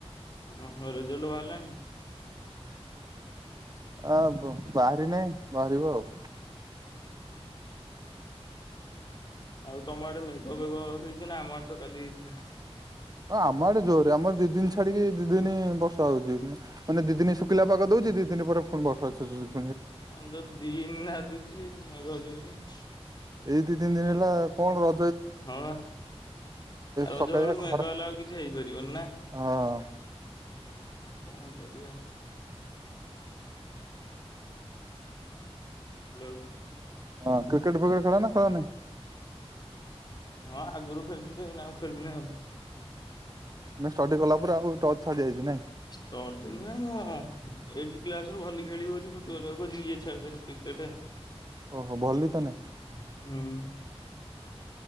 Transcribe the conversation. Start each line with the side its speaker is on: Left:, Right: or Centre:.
Left: ଅହଁ ରେଜଲ୍ଟ୍ ବାହାରିଲାଣି?
Right: ଆଁ ବ ବାହାରି ନେଇ ବାହାରିବ ଆଉ।
Left: ଆଉ ତମ ଆଦେ ମେଘ ଫେଗ ହେଇଚି ନା? ଆମ ଆଡେ ତ କାଲି ହେଇଥିଲା।
Right: ହଁ ଆମରେ ଜୋରରେ ଆମର ଦି ଦିନ୍ ଛାଡିକି ଦି ଦିନି ବର୍ଷା ହୋଉଚି ମାନେ ଦି ଦିନ ଶୁଖିଲା ପାଗ ଦୋଉଛି ଦି ଦିନି ପରେ ପୁଣି ବର୍ଷା ଛେଚୁଚି।
Left: ହଁ ଯୋଉ ଦିନ୍ ନାଦୁଚି ମେଘ ଜୋରେ। <inaudible>
Right: ଏଇ ଦିି ତିନ୍ ଦିନ୍ ହେଲା କଣ ର
Left: ହଁ ବା ରଜ
Right: ସକାଳିଆ
Left: ବେଳୁ
Right: ଖରା
Left: ମେଘ ହେଲେ ଆଉ କିଛି ହେଇପାରିବନି ନା।
Right: ହଁ।
Left: କଁ କରିବା? ହାଲୋ।
Right: ହଁ କ୍ରିକେଟ୍ ଫିକେଟ୍ ଖେଳ ନା ଖେଳନି?
Left: ହଁ ଆଗରୁ ଖେଳୁଥିଲି ଏଇନା ଆଉ ଖେଳୁନି ଆଉ।
Right: ନା ଷ୍ଟଡି କଲା ପରେ ଆଉ ଟଚ୍ ଛାଡି ଯାଇଚି ନାଇ?
Left: ସ୍ଟଡି ନୁହଁ ମୁ ଏଇଟ୍ କ୍ଲାସ୍ ରୁ ଭଲି ଖେଳିବି ବୋଲି ଫୁଟବଲ ଆଉ ଇଏ ଛାଡିଦେଲି କ୍ରିକେଟ
Right: ଓହୋ ଭଲି ତ ନାଇଁ
Left: ହୁଁ।